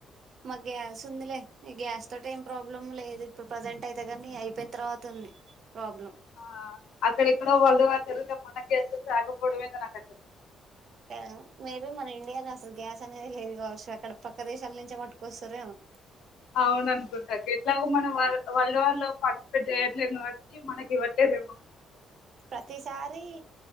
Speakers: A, on the right; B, on the left.
A: మా గ్యాస్ ఉందిలే ఈ గ్యాస్ తోటి ఏం ప్రాబ్లం లేదు. ఇప్పుడు ప్రజెంట్ అయితే కానీ అయిపోయిన తర్వాత ఉంది. ప్రాబ్లం
B: ఆ అక్కడెక్కడో వరల్డ్ వార్ జరిగితే మనకు గ్యాస్ రాకపోవడం ఏందో నాకు అర్థం అయితలేదు
A: కా మేబీ మన ఇండియాలో అసలు గ్యాస్ అనేది లేదు కావచ్చు. అక్కడ పక్క దేశాల నుంచే పట్టుకొస్తారో ఏమో
B: అవును అనుకుంటా ఎట్లాగో మనం వరల్డ్ వార్ లో పార్టిసిపేట్ చేయట్లేదు కాబట్టి మనకి ఇవ్వట్లేదు ఎమో
A: ప్రతిసారి